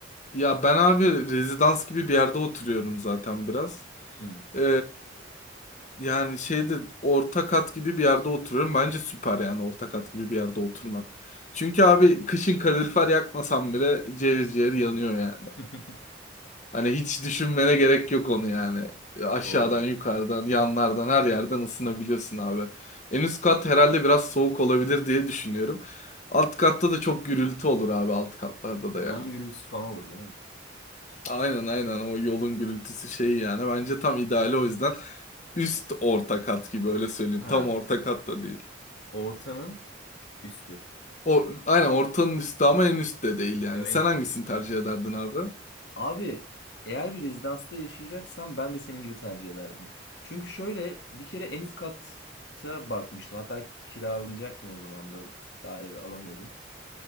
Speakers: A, on the left; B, on the left.
A: Ya ben abi rezidans gibi bir yerde oturuyorum zaten biraz.
B: Hı,
A: Ee, yani şeyde orta kat gibi bir yerde oturuyorum. Bence süper yani orta kat gibi bir yerde oturmak. Çünkü abi kışın kalorifer yakmasam bile ciğer ciğer yanıyor yani.
B: <laughs>
A: Hani hiç düşünmene gerek yok onu yani. Aşağıdan,
B: doğru.
A: yukarıdan, yanlardan her yerden ısınabiliyorsun abi. En üst kat herhalde biraz soğuk olabilir diye düşünüyorum. Alt katta da çok gürültü olur abi alt katlarda da ya.
B: Yolun gürültüsü falan olur değil mi?
A: Aynen aynen o yolun gürültüsü şeyi yani bence tam ideali o yüzden üst orta kat gibi öyle söyleyeyim
B: Ha,
A: tam orta kat da değil.
B: ortanın üstü.
A: O, aynen ortanın üstü ama en üst de değil yani.
B: Ya en
A: Sen
B: üstü.
A: hangisini tercih ederdin abi?
B: Abi eğer bir rezidansta yaşayacaksam ben de senin gibi tercih ederdim. Çünkü şöyle bir kere en üst kata bakmıştım. Hatta kiralayacaktım o zaman da daha evi alamıyordum.